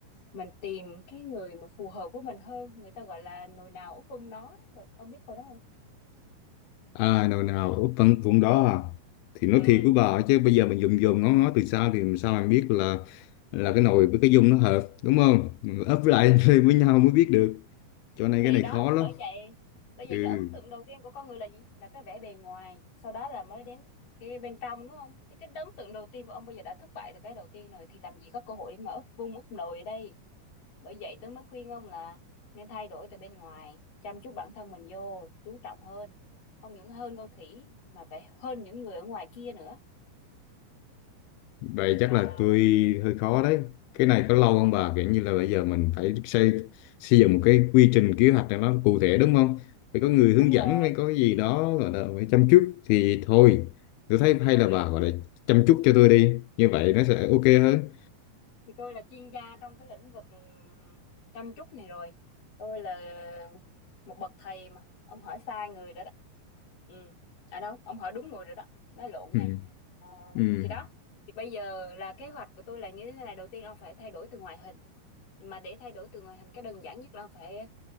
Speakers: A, on the left; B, on the left.
A: mình tìm cái người mà phù hợp với mình hơn. Người ta gọi là nồi nào úp vung nó. đó. Ông biết câu đó không?
B: À, nào nào, ở phần vùng đó à? Thì nói
A: Ừ.
B: thiệt với bà ấy chứ bây giờ mình dùng dùng ngó ngó từ xa thì làm sao mình biết là là cái nồi với cái dung nó hợp đúng không? Mình ấp lại <laughs> lên với nhau mới biết được. Cho nên
A: thì
B: cái này
A: đó
B: khó lắm.
A: bởi vậy bởi vậy
B: Ừ,
A: cái ấn tượng đầu tiên của con người là gì là cái vẻ bề ngoài sau đó là mới đến cái bên trong đúng không thì cái ấn tượng đầu tiên của ông bây giờ đã thất bại từ cái đầu tiên rồi thì làm gì có cơ hội để mà úp vung úp nồi ở đây bởi vậy tôi mới khuyên ông là nên thay đổi từ bên ngoài chăm chút bản thân mình vô chú trọng hơn không những hơn con khỉ mà phải hơn những người ở ngoài kia nữa
B: vậy chắc
A: mà
B: là tôi hơi khó đấy. Cái này có lâu không bà? Kiểu như là bây giờ mình phải xây xây dựng một cái quy trình kế hoạch cho nó cụ thể đúng không? Phải có người hướng
A: đúng
B: dẫn
A: rồi
B: phải có cái gì đó gọi là phải chăm chút thì thôi. Tôi thấy hay
A: tôi
B: là bà
A: là
B: gọi là chăm chút cho tôi đi. Như vậy nó sẽ ok hơn.
A: thì tôi là chuyên gia trong cái lĩnh vực chăm chút này rồi tôi là một bậc thầy mà ông hỏi sai người rồi đó ừ à đâu ông hỏi đúng người rồi đó nói lộn
B: <laughs>
A: nha Ờ,
B: Ừ,
A: thì đó thì bây giờ là kế hoạch của tôi là như thế này đầu tiên ông phải thay đổi từ ngoại hình mà để thay đổi từ ngoại hình cái đơn giản nhất là ông phải